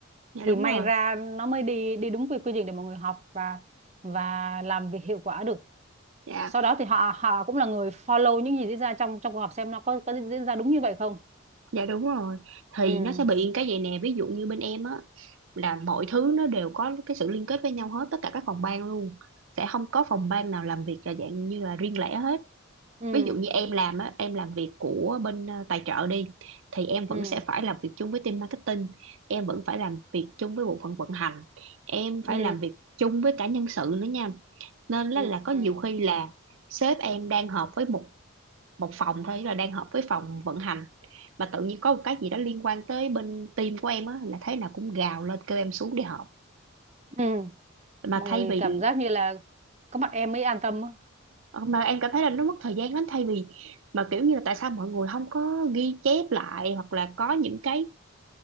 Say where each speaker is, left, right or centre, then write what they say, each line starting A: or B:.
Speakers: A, on the right; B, on the right.
A: dạ
B: thì
A: đúng
B: may
A: rồi
B: ra nó mới đi đi đúng quy quy trình để mọi người học và và làm việc hiệu quả được
A: dạ
B: sau đó thì họ họ cũng là người follow những gì diễn ra trong trong cuộc họp xem nó có có diễn ra đúng như vậy không
A: Dạ đúng rồi thì
B: ừ
A: nó sẽ bị cái vậy nè ví dụ như bên em á là mọi thứ nó đều có cái sự liên kết với nhau hết tất cả các phòng ban luôn sẽ không có phòng ban nào làm việc là dạng như là riêng lẻ hết
B: ừ
A: ví dụ như em làm á em làm việc của bên ờ, tài trợ đi thì em vẫn
B: ừ
A: sẽ phải làm việc chung với team marketing em vẫn phải làm việc chung với bộ phận vận hành em phải
B: ừ
A: làm việc chung với cả nhân sự nữa nha nên là,
B: ừ
A: là có
B: ừ
A: nhiều khi là sếp em đang họp với một một phòng thôi là đang hợp với phòng vận hành mà tự nhiên có một cái gì đó liên quan tới bên team của em á là thế nào cũng gào lên kêu em xuống để họp
B: ừ.
A: mà
B: mọi
A: thay
B: người
A: vì
B: cảm giác như là có mặt em mới an tâm á.
A: mà em cảm thấy là nó mất thời gian lắm thay vì mà kiểu như là tại sao mọi người không có ghi chép lại hoặc là có những cái